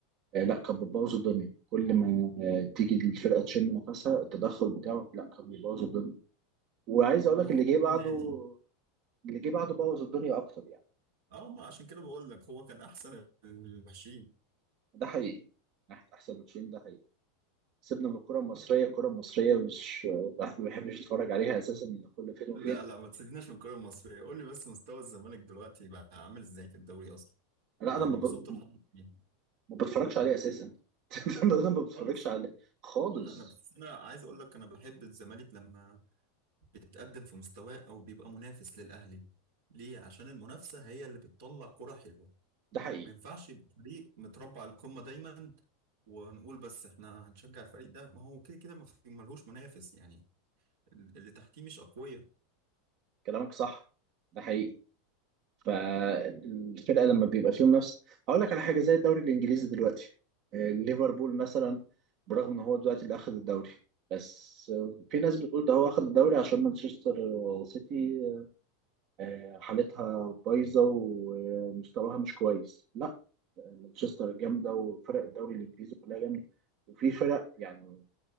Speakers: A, on the right; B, on the right.
A: آه لا كان بتبوظ الدنيا كل ما آه تيجي الفرقة تشم نفسها التدخل بتاعه لا كان بيبوظ الدنيا وعايز
B: طب
A: أقول
B: ما
A: لك
B: هو
A: اللي جه بعده
B: النادي
A: اللي جه بعده بوظ الدنيا أكتر يعني
B: اه ما عشان كده بقول لك هو كان احسن المحشين
A: ده حقيقي ناحية أحسن ماتشين ده حقيقي سيبنا من الكرة المصرية الكرة المصرية مش الواحد ما بيحبش يتفرج عليها أساسا إلا كل فين
B: لا
A: وفين
B: لا ما تسيبناش من الكرة المصرية قول لي بس مستوى الزمالك دلوقتي بقى عامل ازاي في الدوري اصلا
A: لا
B: يعني
A: أنا ما ب-
B: وصلت لحد فين
A: ما بتفرجش عليها أساسا <laughs> أنا ما بتفرجش
B: خالص
A: عليها خالص
B: ولا انا بس انا عايز اقول لك انا بحب الزمالك لما بيتقدم في مستواه او بيبقى منافس للاهلي ليه عشان المنافسة هي اللي بتطلع كرة حلوة
A: ده حقيقي
B: ما ينفعش يبقى فريق متربع على القمة دايما ونقول بس احنا هنشجع الفريق ده ما هو كده كده ما في- ملهوش منافس يعني اللي تحتيه مش اقوياء
A: كلامك صح ده حقيقي فالفرقة لما بيبقى فيهم نفس هقول لك على حاجة زي الدوري الإنجليزي دلوقتي آه، ليفربول مثلا برغم إن هو دلوقتي اللي أخذ الدوري بس آه، في ناس بتقول ده هو أخذ الدوري عشان مانشستر سيتي آه، حالتها بايظة ومستواها مش كويس لا مانشستر جامده وفرق الدوري الانجليزي كلها جامده وفي فرق يعني